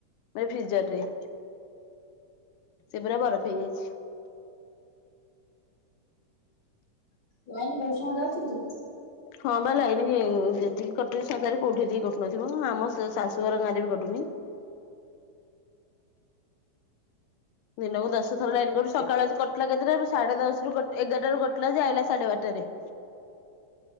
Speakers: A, on the left; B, on the left.
A: ଫ୍ରିଜରରେ ସେ ପୁରା ବରଫ ହେଇଯାଇଛି।
B: ଲାଇନ ବହୁତ ସମୟ ଯାଉଚି କି ସେଠୀ।
A: ହଁ ବା ଲାଇନ ଯେତିକି କଟୁଛି ସତରେ କୋଉଠିି ଏତିକି କଟୁନଥିବ ଆମ ଶାଶୁ ଘର ଗାଁରେ ବି କଟୁନି। ଦିନକୁ ଦଶଥର ଲାଇନ କଟୁଚି ସକାଳ ଆଜି କଟଲାଯେ ଏଦେରେ ସାଢେ ଦଶ ରୁ କ ଏଗାରଟ ରେ କଟିଲା ଯେ ଆଇଲା ସାଢେ ବାରଟାରେ।